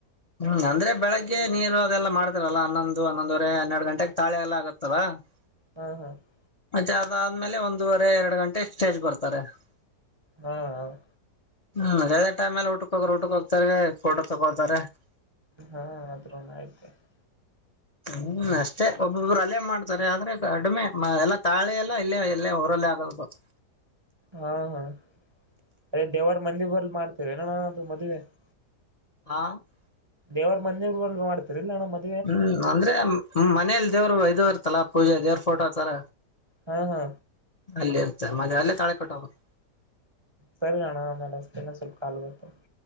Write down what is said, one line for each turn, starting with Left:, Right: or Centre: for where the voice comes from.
Left: ಹ್ಮ್ ಅಂದ್ರೆ ಬೆಳಿಗ್ಗೆ ನೀರು ಅದೆಲ್ಲ ಮಾಡದ್ರಲ್ಲ ಹನ್ನೊಂದು ಹನ್ನೊಂದುವರೆ ಹನ್ನೆರಡು ಗಂಟೆೆಗೆ ತಾಳೆ ಎಲ್ಲ ಆಗತ್ತಲ್ಲ <unintelligible>
Right: ಹಾ ಹಾ <unintelligible>
Left: ಮತ್ತೆ ಅದಾದ್ಮೇಲೆ ಒಂದೂವರೆ ಎರಡು ಗಂಟೆ ಸ್ಟೇಜ್ ಬರ್ತಾರೆ <unintelligible>
Right: ಹಾ <unintelligible>
Left: ಹ್ಮ್ ಅದೇ ಅದೇ ಟೈಮಲ್ಲಿ ಊಟಕ್ ಹೋಗೋರು ಊಟಕ್ಕೆ ಹೋಗ್ತಾರೆ ಫೋಟೋ ತಗೋತಾರ <unintelligible>
Right: ಹಾ ಆದ್ರೂನು ಆಯ್ತ್ಏಳ. <unintelligible>
Left: ಹ್ಮ್ ಅಷ್ಟೇ ಒಬ್ಬೊಬ್ರು ಅಲ್ಲೇ ಮಾಡ್ತಾರೆ ಆದ್ರೆ ಕಡಿಮೆ ಎಲ್ಲ ತಾಳೆ ಎಲ್ಲ ಇಲ್ಲೇ ಇಲ್ಲೇ ಅವರಲ್ಲೇ ಆಗದು <unintelligible>
Right: ಹಾ ಹಾ ಅದೇ ದೇವರ ಮಂದಿ ಬಲ್ ಮಾಡ್ತೇವಿ ಎನ್ ಅಣ್ಣ ಅದು ಮದುವಿ <unintelligible>
Left: ಹಾ <unintelligible>
Right: ದೇವ್ರ ಮಂದಿರಬಲ್ಲಿ ಮಾಡ್ತಿರ್ ಇಲ್ಲ ಅಣ್ಣ ಮತ್. <unintelligible>
Left: ಹ್ಮ್ ಅಂದ್ರೆ ಮನೇಲಿ ದೇವರು ಇದ್ ಇರ್ತಲ್ಲ ಪೂಜೆ ದೇವ್ರ ಫೋಟೋ ಹಚ್ಚಲ
Right: ಹಾ ಹಾ
Left: <unintelligible> ಅಲ್ಲಿ ಇರ್ತ ಮತ ಅಲ್ಲೇ ತಳಿ ಕಟ್ಟೋದು <unintelligible>
Right: ಸರಿ ಅಣ್ಣ ಆಮೇಲೆ ಹಚ್ಚತಿನಿ ಸ್ವಲ್ಪ ಕಾಲ್ ಬರ್ತಾ ಇದೆ. <unintelligible>